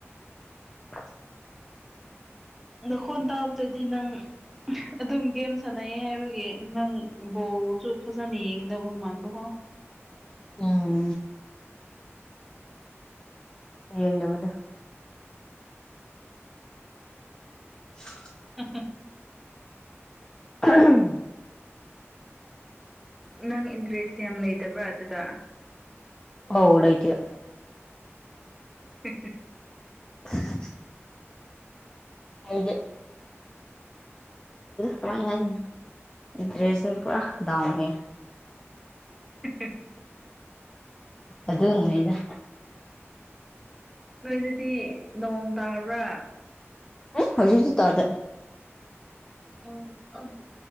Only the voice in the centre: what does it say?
ꯅꯈꯣꯟ ꯇꯥꯕꯗꯗꯤ ꯅꯪ ꯑꯗꯨꯝ ꯒꯦꯝ ꯁꯥꯟꯅꯩ ꯍꯥꯏꯕꯒꯤ ꯅꯪ ꯕꯣꯜꯁꯨ ꯐꯖꯅ ꯌꯦꯡꯒꯗꯧꯕ ꯃꯥꯟꯕꯀꯣ
ꯑ
ꯅꯪ ꯏꯟꯇꯔꯦꯁ ꯌꯥꯝ ꯂꯩꯇꯕ꯭ꯔꯥ ꯑꯗꯨꯗ
<unintelligible>
<unintelligible>
ꯅꯣꯏꯗꯗꯤ ꯅꯣꯡ ꯇꯥꯕ꯭ꯔꯥ
ꯑ ꯑꯗꯨꯗ